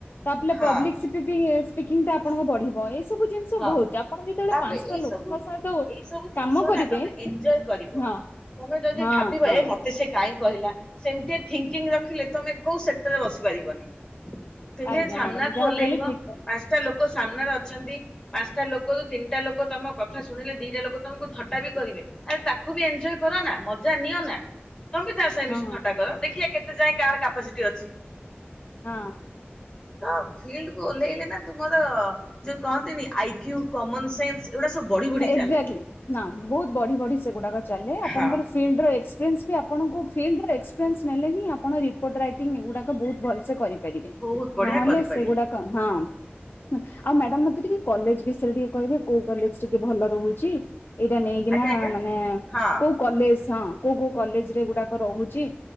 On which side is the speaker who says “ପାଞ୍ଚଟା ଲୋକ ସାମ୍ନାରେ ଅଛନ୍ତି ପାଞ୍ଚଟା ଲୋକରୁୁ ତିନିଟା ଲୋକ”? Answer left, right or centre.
Left